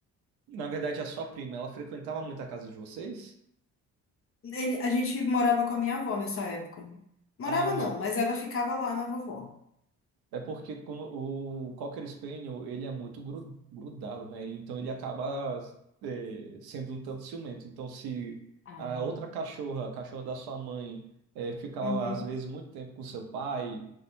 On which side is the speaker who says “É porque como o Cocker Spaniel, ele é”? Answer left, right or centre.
Right